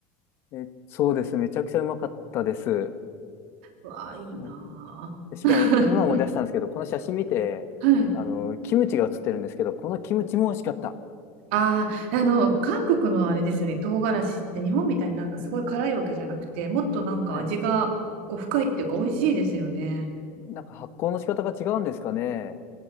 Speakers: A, on the left (about 45°); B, on the right (about 75°).
A: え、そうです。めちゃくちゃうまかったです。
B: うわあ、いいな。
A: もうしかも、
B: <laughs>
A: 今思い出したんですけど、この写真見て、
B: はい。
A: あの、キムチが写ってるんですけど、このキムチも美味しかった。
B: ああ、あの、韓国のあれですよね、唐辛子って日本みたいになんかすごい辛いわけじゃなくて、もっとなんか味がこう深いっていうか美味しいですよね。
A: はいはい。なんか発酵の仕方が違うんですかね。